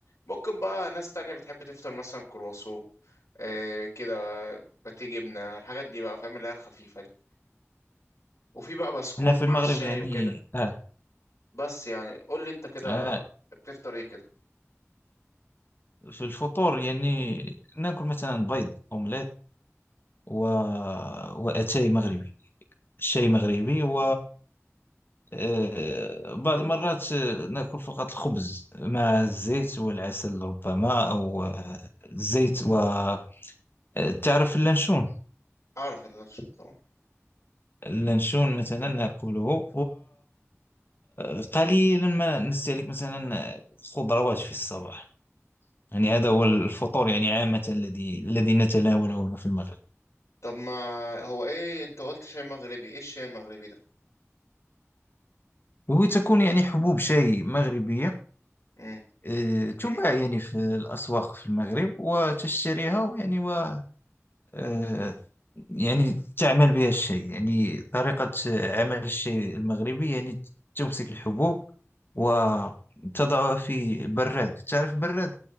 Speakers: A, on the left; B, on the left.
A: ممكن بقى ناس تانية بتحب تفطر مثلا كرواسون آه كده باتيه جبنة الحاجات دي بقى فاهم اللي هي الخفيفة دي وفي بقى بسكوت
B: هنا في المغرب
A: مع الشاي
B: يعني
A: وكده
B: آه,
A: بس يعني قول لي انت كده
B: آه
A: بتفطر ايه كده
B: في الفطور يعني ناكل مثلا بيض أومليت و... واتاي مغربي الشاي مغربي و آه، بعض المرات آه، ناكل فقط الخبز مع الزيت والعسل ربما او آه، الزيت و آه، تعرف اللانشون
A: اعرف اللانش طبعا
B: اللانشون مثلا ناكله وقليلا ما نستهلك مثلا خضروات في الصباح يعني هذا هو الفطور يعني عامة الذي الذي نتناوله هنا في المغرب
A: طب ما هو ايه انت قلت شاي مغربي ايه الشاي المغربي ده
B: وتكون يعني حبوب شاي مغربية
A: امم
B: آه، تباع يعني في الأسواق في المغرب وتشتريها ويعني و آه، يعني تعمل بها الشاي يعني طريقة عمل الشاي المغربي يعني تمسك الحبوب وتضعها في البراد تعرف البراد